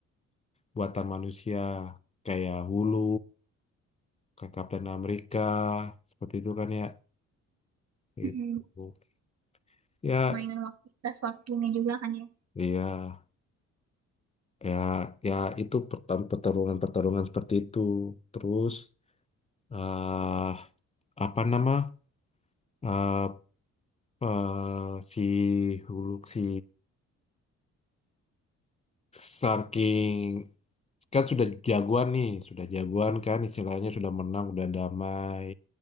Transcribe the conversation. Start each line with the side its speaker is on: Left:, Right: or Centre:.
Left: buatan manusia kayak Hulu, kayak Kapten Amerika seperti itu kan ya itu
Right: Mhm.
Left: ya
Right: permainan waktu tas waktunya juga kan ya
Left: iya ya ya itu pertan- pertarungan-pertarungan seperti itu terus eh apa nama eh, eh si Hulu si Star King kan sudah jagoan nih, sudah jagoan kan istilahnya sudah menang, udah damai.